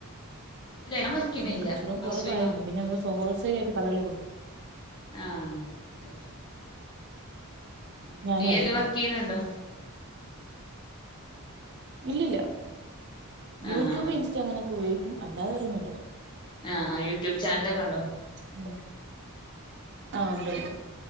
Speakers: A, on the left; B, on the right.
A: ഇല്ല ഞാ വർക്ക്ന്നില്ല
B: ഉം കച്ചവടം
A: ഹൗസ്
B: കുറവായിരുന്നു
A: വൈഫാ
B: പിന്നെ നമ്മള് ഹോൾസെയിൽ ആയിട്ട് കടകളിൽ കൊടുക്കും
A: ആഹ് അയ്ശെരി ഉം
B: ഞാനും
A: ഈയയ്ല്ല്
B: അതെ
A: വർക്കെയ്യ്ണുണ്ടോ
B: ഇല്ലില്ല യൂട്യൂബ്
A: ആഹ് ആഹ്
B: ഇൻസ്റ്റ അങ്ങനെയൊക്കെ ഉപയോഗിക്കും അല്ലാതെ വേറൊന്നില്ല
A: ആഹ് ആഹ് യൂട്യൂബ് ചാനലൊക്കെണ്ടോ
B: ഉം ആഹ് ഉണ്ട്ണ്ട്